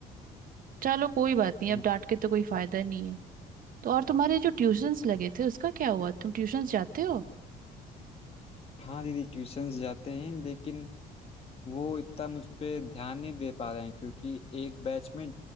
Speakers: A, on the right; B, on the left.
A: चलो कोई बात नहीं
B: मैं-
A: अब डांट के तो कोई फायदा नहीं है तो और तुम्हारे जो ट्यूशंस लगे थे उसका क्या हुआ तुम ट्यूशंस जाते हो
B: हाँ दीदी ट्यूशंस जाते हैं लेकिन वो इतना मुझ पे ध्यान नहीं दे पा रहे हैं क्योंकि एक बैच में